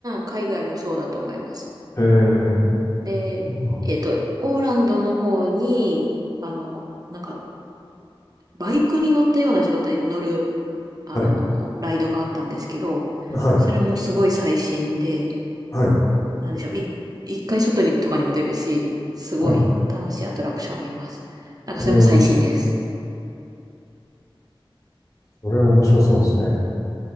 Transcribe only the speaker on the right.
海外もそうだと思います。
で、
えっと、オーランドの方に、あの、なんか、バイクに乗ったような状態で乗る、あの、
ライドがあったんですけど、
それもすごい最新で、
なんでしょう。い、一回外にとかにも出るし、すごい楽しいアトラクションあります。
なんかそれも最新です。